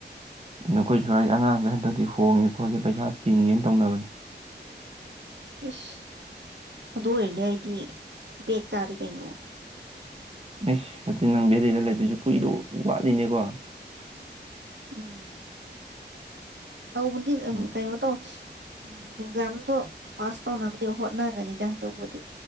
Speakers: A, on the right; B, on the right.
A: ꯅꯈꯣꯏ ꯁ꯭ꯋꯥꯏ ꯑꯉꯥꯡꯒꯩ ꯍꯟꯗꯛꯇꯤ ꯍꯣꯡꯉꯦ ꯈꯣꯠꯂꯦ ꯄꯩꯁꯥ ꯇꯤꯡꯉꯦꯅ ꯇꯧꯅꯕꯅꯦ
B: ꯏꯁꯁ ꯑꯗꯨ ꯑꯣꯏꯔꯗꯤ ꯑꯩꯗꯤ ꯕꯦꯛ ꯆꯥꯔꯦ ꯀꯩꯅꯣ
A: ꯏꯁ ꯑꯗꯨ ꯅꯪ ꯚꯦꯂꯤꯗ ꯂꯩꯗꯣꯏꯁꯦ ꯀꯨꯏꯗꯣ ꯋꯥꯠꯂꯤꯅꯦꯀꯣ
B: ꯎꯝ ꯇꯧꯕꯗꯤ ꯑꯝ
A: ꯎꯝ
B: ꯀꯩꯅꯣ ꯇꯧ ꯎꯝ ꯑꯦꯛꯖꯥꯝꯗꯣ ꯄꯥꯁ ꯇꯧꯅꯕꯗꯤ ꯍꯣꯠꯅꯒꯅꯤꯗ ꯑꯗꯨꯕꯨꯗꯤ